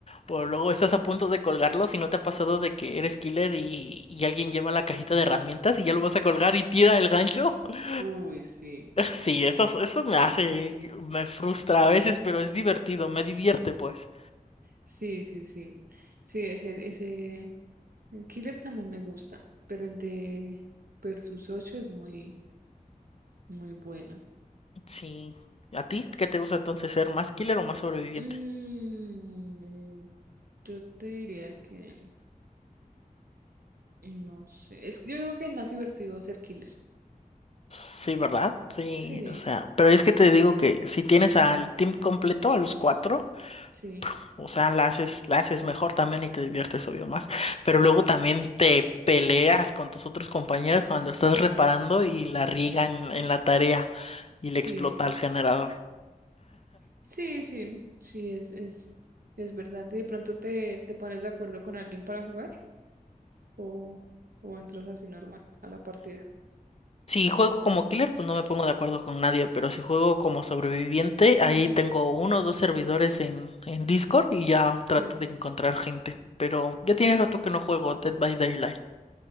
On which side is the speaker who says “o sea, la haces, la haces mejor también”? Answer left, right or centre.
Left